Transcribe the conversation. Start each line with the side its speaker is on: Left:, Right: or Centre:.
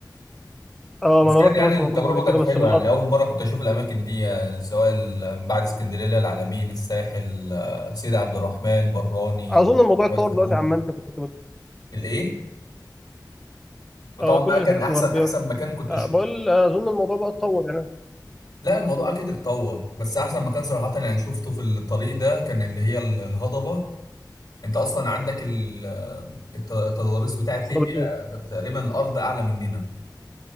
Centre: اه
Left: بس
Centre: ما انا
Left: كانت
Centre: رحت
Left: يعني
Centre: مرسى
Left: التجربة
Centre: مطروح قبل كده
Left: كانت
Centre: بس
Left: حلوة
Centre: بالقطر
Left: يعني أول مرة كنت أشوف الأماكن دي آه، سواء ال- من بعد اسكندرية اللي هي العلمين الساحل آه، سيدي عبد الرحمن براني
Centre: اظن
Left: مرسى
Centre: الموضوع اتطور
Left: مطروح، سلوم
Centre: دلوقتي عما انت كنت بت...
Left: الإيه وطبعا
Centre: آه
Left: بقى
Centre: كل
Left: كان
Centre: الحتت
Left: أحسن
Centre: الغربيه
Left: أحسن مكان كنت
Centre: آه بقول اظن الموضوع بقى اتطور يعني
Left: لا الموضوع اكيد اتطور بس احسن مكان صراحه انا شفته في الطريق ده كان اللي هي ال- الهضبه انت اصلا عندك ال- الت- التضاريس بتاعت ليبيا
Centre: قربت ايه
Left: تقريبا الارض اعلى مننا